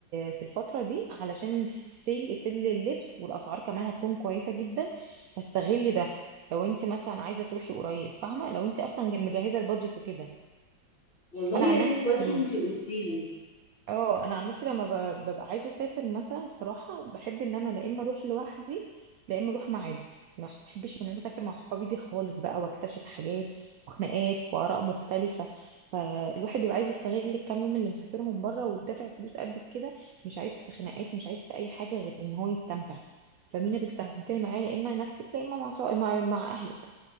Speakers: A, on the right (about 75°); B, on the left (about 30°).
A: في الفتره دي علشان السيل السيل لللبس والاسعار كمان هتكون كويسه جدا فاستغلي ده لو انت مثلا عايزه تروحي قريب فاهمه لو انت اصلا مجهزه البادجت وكده
B: والله
A: انا
B: يا
A: عن
B: ريت
A: نفسي
B: كويس ان انت قلتي لي
A: اه انا عن نفسي لما ب- ببقى عايزه اسافر مثلا صراحه بحب ان انا لا اما اروح لوحدي لا اما اروح مع عيلتي ما بحبش ان انا اسافر مع صحابي دي خالص بقى واكتشف حاجات وخناقات واراء مختلفه فالواحد بيبقى عايز يستغل الكام يوم اللي مسافرهم بره ودافع فلوس قد كده مش عايز في خناقات مش عايز في اي حاجه غير ان هو يستمتع فمين هتستمتعي معاه لا اما نفسك لا اما مع صا- مع مع اهلك